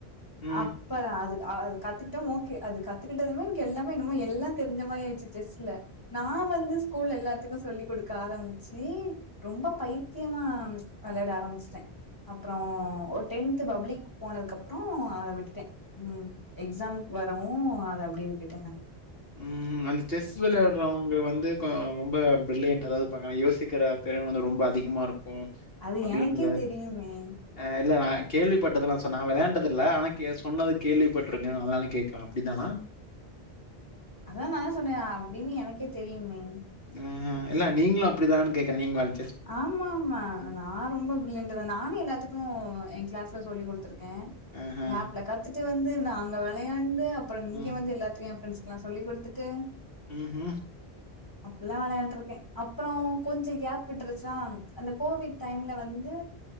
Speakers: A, on the left; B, on the left.
A: ம்.
B: அப்பறோ அது ஆ அது கத்துக்ட்டோ ஓகே அது கத்துக்கிட்டதுமே எனக்கு எல்லாமே என்னமோ எல்லாந் தெரிஞ்ச மாரி ஆயிடுச்சு செஸ்ல நா வந்து ஸ்கூல் எல்லாத்துக்கு சொல்லிக் குடுக்க ஆரம்பிச்சு ரொம்ப பைத்தியமா வெளையாட ஆரம்பிச்ட்டே அப்றோ ஒரு டென்த் பப்ளிக் போனதுக்கப்றோ ஆ அத விட்டுட்டே ம் எக்ஸாம் வரவு அத அப்டியே விட்டுட்டே தான
A: ம் ஹும் அந்த செஸ் வெளையாட்றவங்க வந்து கொ ரொம்ப பிரில்லியன்ட்டா அதாது இருப்பாங்க ஆனா யோசிக்கிற திறன் வந்து ரொம்ப அதிகமா இருக்கு
B: அது
A: அப்படிங்ற
B: எனக்கே தெரியுமே
A: அ இல்ல நானே கேள்விப்பட்டதெல்லாம் சொன்னா கேள்வி பட்டதெல்லா சொன்னே நா வெளாண்டது இல்ல ஆனா கே சொன்னது கேள்விப்பட்ருக்கே அதுனால கேக்குறே அப்டி தானா
B: அதா நானே சொன்னேயா அப்டின்னு எனக்கே தெரியுமே
A: ம் ம் இல்ல நீங்களு அப்டி தானனு கேக்குறே நீங்க வல்
B: ஆமாம்மா நா ரொம்ப பிரில்லியன்ட் தா நானு எல்லாத்துக்கு ஏ க்ளாஸ்ல சொல்லி குடுத்துருக்கே
A: ஆஹா.
B: லாப்ல கத்துட் ட்டு வந்து நாங்க வெளையாண்டு அப்பறோ இங்கயு
A: ம்.
B: வந்து எல்லாத்தையு ஏ ஃப்ரெண்ட்ஸ் கிட்லா சொல்லி குடுத்துட்டு
A: ம் ஹும்
B: அப்புல்லா வெளையாண்ருக்கே அப்பறோ கொஞ்ச கேப் விட்ரு சாங் அந்த கோவிட் டைம்ல வந்து